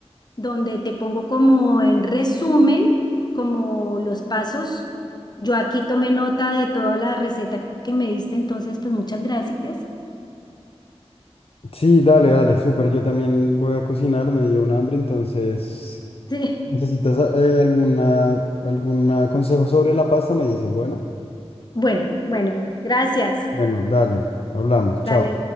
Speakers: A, on the left; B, on the left.
A: donde te pongo como en resumen, como los pasos. Yo aquí tomé nota de toda la receta que me diste, entonces pues muchas gracias. <laughs>
B: Sí, dale, dale, súper. Yo también voy a cocinar, me dio un hambre, entonces,
A: Sí.
B: ¿necesitas eh, alguna, algún ah, consejo sobre la pasta? Me dices, bueno.
A: Bueno, bueno, gracias.
B: Bueno, dale, hablamos, chao.
A: Dale.